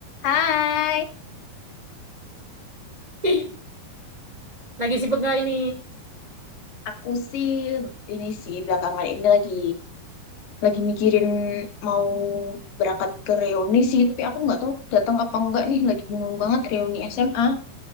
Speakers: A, on the left; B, on the right.
A: Hai,
B: Ih, Lagi sibuk gak ini?
A: aku sih ini sih belakangan ini lagi lagi mikirin mau berangkat ke reuni sih, tapi aku nggak tahu datang apa enggak nih. Lagi bingung banget reuni SMA.